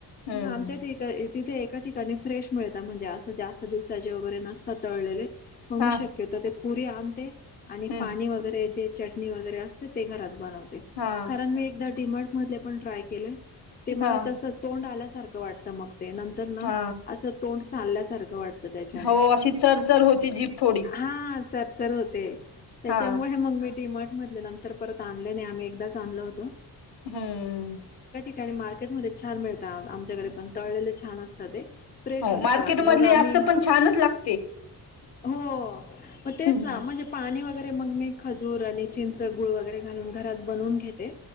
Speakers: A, on the left; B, on the left.
A: हम्म
B: मग आमच्या ठिका तथे एका ठिकाणी फ्रेश मिळतात म्हणजे असं जास्त दिवसाचे वगैरे नसतात तळलेले मग
A: हा
B: मी शक्यत ते पुरी आणते आणि
A: हम्म
B: पाणी वगैरे जे वगैरे असते ते घरात बनवते
A: हा
B: कारण मी एकदा म्ट मध पण ट्राय केले ते
A: हा
B: मला तस तोंड आल्यासारखं वाटतं मग ते नंतर ना
A: हा
B: असं तोंड चाल्यासारखं वाटतं त्याच्याने
A: हो अशी चरचर होती जीप थोडी
B: हा चर चर होते त्याच्यामुळे
A: हा
B: मग मी डडीमर्ट मधले नंतर परत आणले नाही आम्ही एकदाच आणलो होतो
A: हम्म
B: आणि मार्केटमध्ये छान मिळत आमच्याकडे पण तळलेले छान असतात ते फ्रेश
A: हो
B: असता
A: मार्केट
B: आणि मग
A: मधले
B: आम्ही
A: असं पण छानच लागते
B: हो मग तेच
A: हा
B: ना म्हणजे पाणी वगैरे ते मग मी खजूर आणि चिंच गुळ वगैरे घालून घरात बनून घेते